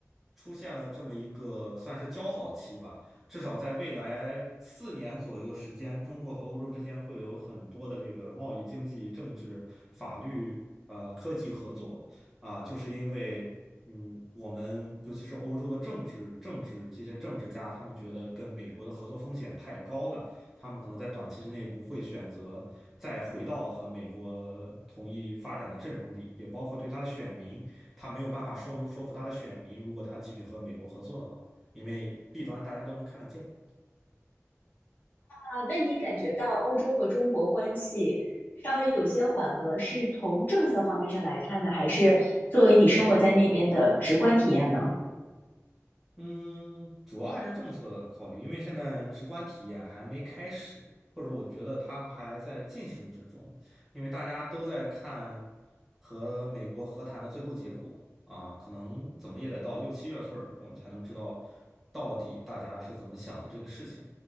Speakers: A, in the centre; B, on the left.
A: 出现了这么一个算是交好期吧。至少在未来四年左右的时间，中国和欧洲之间会有很多的这个贸易、经济、政治、法律、呃科技合作啊，就是因为嗯，我们尤其是欧洲的政治政治这些政治家，他们觉得跟美国的合作风险太高了，他们可能在短期之内不会选择再回到和美国同一发展的阵容里，也包括对他的选民，他没有办法说说服他的选民，如果他继续和美国合作的话。因为弊端大家都能看得见。
B: 啊，那你感觉到欧洲和中国关系稍微有些缓和，是从政策方面上来看呢，还是作为你生活在那边的直观体验呢？
A: 嗯，主要还是政策考虑，因为现在直观体验还没开始，或者我觉得它还在进行之中，因为大家都在看和美国和谈的最后结果啊，可能怎么也得到六七月份儿，我们才能知道到底大家是怎么想的这个事情。